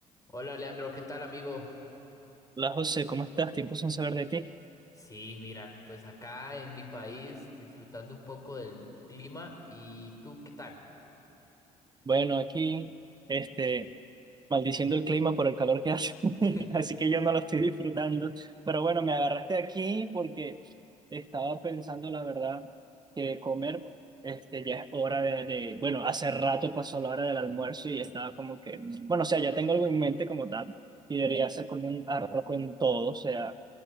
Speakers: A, on the left; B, on the right.
A: Hola Leandro, ¿qué tal amigo?
B: Hola José, ¿cómo estás? Tiempo sin saber de ti.
A: Sí, mira, pues acá en mi país disfrutando un poco del clima y tú, ¿qué tal?
B: Bueno, aquí, este, maldiciendo el clima por el calor que hace, <laughs>
A: <laughs>
B: así que yo no lo estoy disfrutando. Pero bueno, me agarraste aquí porque estaba pensando, la verdad, que comer, este, ya es hora de, de- bueno, hace rato pasó la hora del almuerzo y estaba como que, bueno, o sea, ya tengo algo en mente como tal y debería ser como un arroz con todo, o sea,